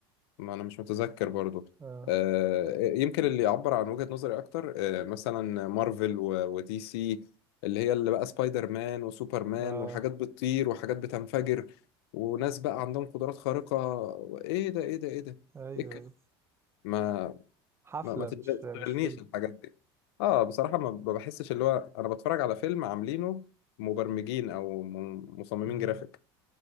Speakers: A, on the left (about 75°); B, on the right (about 20°).
A: ما انا مش متذكر برضو
B: آه
A: آه، يمكن اللي يعبر عن وجهة نظري اكتر آه، مثلا مارفل و- ودي سي اللي هي اللي بقى سبايدر مان وسوبر مان
B: آه
A: وحاجات بتطير وحاجات بتنفجر وناس بقى عندهم قدرات خارقة ايه ده ايه ده ايه ده
B: أيوه
A: ايه الكلام
B: أيوه
A: ما
B: حفلة
A: ما, ما تشغل-
B: مش مش
A: تشغلنيش
B: فيلم
A: الحاجات دي اه بصراحة ما ما بحسش اللي هو انا بتفرج على فيلم عاملينه مبرمجين او م- مصممين
B: مم.
A: جرافيك